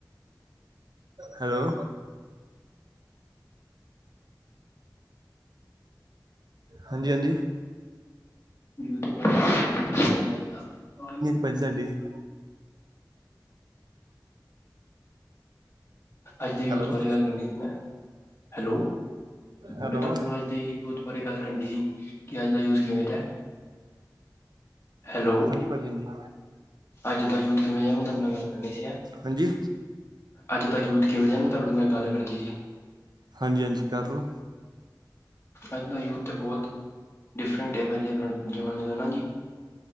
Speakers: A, on the right; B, on the left.
A: ਹੈਲੋ ਹਾਂਜੀ, ਹਾਂਜੀ
B: ਜਾਗਾ <unintelligible>
A: ਪ ਸਾਡੀ <unintelligible>
B: ਅੱਜ ਦੀ ਯੂਥ
A: ਹੈਲੋ
B: ਬਾਰੇ ਗੱਲ ਕਰਨੀ ਸੀ ਮੈਂ, ਹੈਲੋ, ਮੈਂ
A: ਹੈਲੋ
B: ਤੁਹਾਡੇ ਨਾ ਅਜ। ਤੇ ਯੂਥ ਬਾਰੇ ਗੱਲ ਕਰਨੀ ਜੀ। ਕਿ ਅੱਜ ਦਾ ਯੂਜ ਕਿਵੇਂ ਦੈ? ਹੈਲੋ।
A: ਹਾਂਜੀ-ਹਾਂਜੀ।
B: ਅੱਜ ਦਾ ਯੂਥ ਕਿਵੇਂ ਜਾ ਮੈਂ ਤੁਹਾਡੇ ਨਾਲ ਗੱਲ ਕਰਨੀ ਸੀ ਐ।
A: ਹਾਂਜੀ।
B: ਅੱਜ ਦਾ ਯੂਥ ਕਿਵੇਂ ਜੀਆ ਮੈਂ ਤੁਹਾਡੇ ਨਾਲ ਗੱਲ ਕਰਨ ਸੀ।
A: ਹਾਂਜੀ-ਹਾਂਜੀ, ਕਰ ਲੋ।
B: ਅੱਜ ਦਾ ਯੂਥ ਬਹੁਤ ਡਿਫਰੈਂਟ ਹੈ ਪਹਿਲੇ ਜਮਾਨੇ ਦਾ ਨਾ ਜੀ।